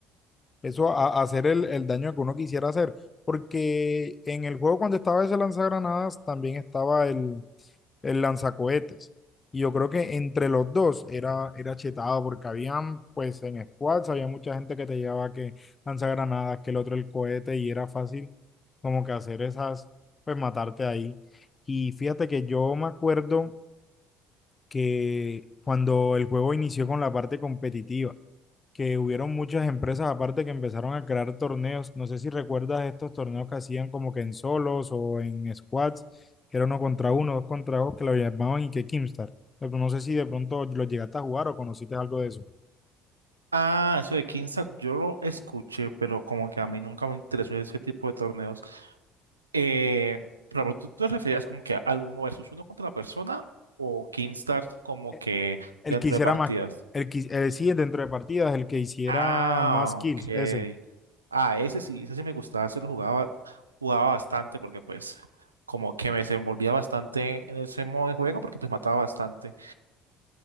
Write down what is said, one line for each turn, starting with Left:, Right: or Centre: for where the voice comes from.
Left: eso a, a hacer el, el daño que uno quisiera hacer. Porque en el juego cuando estaba ese lanzagranadas también estaba el, el lanzacohetes. Y yo creo que entre los dos era, era chetado porque habían, pues en squads, había mucha gente que te llevaba que lanzagranadas, que el otro el cohete y era fácil como que hacer esas, pues matarte ahí. Y fíjate que yo me acuerdo que cuando el juego inició con la parte competitiva, que hubieron muchas empresas aparte que empezaron a crear torneos. No sé si recuerdas estos torneos que hacían como que en solos o en squads, que era uno contra uno, dos contra dos, que lo llamaban y que Kimstar. Pero No sé si de pronto lo llegaste a jugar o conociste algo de eso.
Right: Ah, eso de Kingstart, yo lo escuché, pero como que a mí nunca me interesó ese tipo de torneos. Eh, pero tú te referías como que al uno versus uno contra la persona o Kingstart como
Left: Eh,
Right: que
Left: El
Right: dentro
Left: que hiciera
Right: de partidas.
Left: más, el que, eh, sí, dentro de partidas, el que hiciera
Right: Ah,
Left: más kills,
Right: ok.
Left: ese.
Right: Ah, ese sí, ese sí me gustaba, ese lo jugaba, jugaba bastante porque pues como que me desenvolvía bastante en ese modo de juego porque pues mataba bastante.